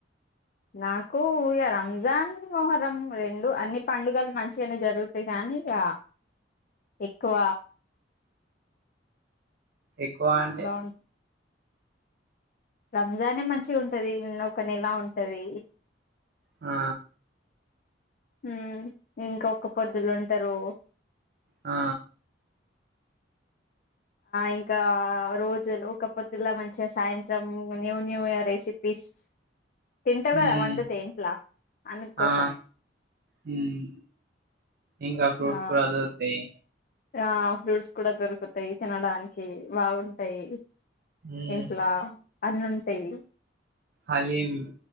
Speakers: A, on the left (about 45°); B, on the right (about 55°).
A: నాకు ఇక రంజాన్ మోహరం రెండు అన్ని పండుగలు మంచిగానే జరుగుతాయి కానీ ఇక ఎక్కువ
B: ఎక్కువ అంటే
A: బాగుంట రంజానే మంచి ఉంటది నన్న ఒక నెలా ఉంటది
B: ఆ
A: మ్మ్ ఇంకొక పొద్దులు ఉంటారు
B: ఆ
A: ఇంకా రోజులు ఒక పొద్దులో మంచిగా సాయంత్రం న్యూ న్యూ ఇయర్ రెసిపీస్ తింటావు
B: మ్మ్
A: కదా వండుతే ఇంట్లా అందుకోసమే
B: ఆ మ్మ్ ఇంకా ఫ్రూట్స్
A: ఆ
B: కూడా దొరుకుతాయి
A: ఆ ఫ్రూట్స్ కూడా దొరుకుతాయి తినడానికి బాగుంటయి
B: ఉమ్
A: ఇంట్ల అన్నుంటై
B: హలీం